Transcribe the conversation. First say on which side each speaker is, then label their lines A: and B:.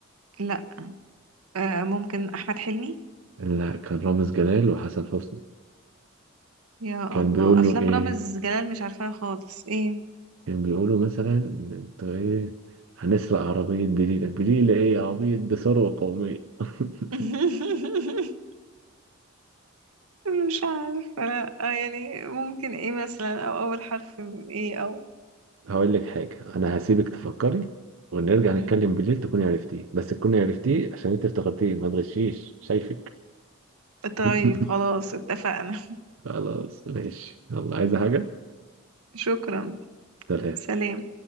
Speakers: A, on the right; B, on the right.
A: لا آه، ممكن احمد حلمي
B: لا كان رامز جلال وحسن حسني
A: يا
B: كان
A: الله
B: بيقول
A: افلام
B: له إيه؟
A: رامز جلال مش عارفاها خالص ايه
B: كان بيقول له مثلا أنتوا إيه هنسرق عربية بليلة بليلة إيه يا عبيط دي ثروة قومية <laughs>
A: <laughs> مش عارفة لا آه، يعني ممكن ايه مثلا او اول حرف من ايه او
B: هقول لك حاجة أنا هسيبك تفكري ونرجع نتكلم
A: مهم.
B: بالليل تكوني عرفتيه بس تكوني عرفتيه عشان أنت افتكرتيه ما تغشيش شايفك <laughs>
A: طيب خلاص اتفقنا
B: خلاص ماشي يلا عايزة حاجة؟
A: <laughs> شكرا
B: سلام
A: سلام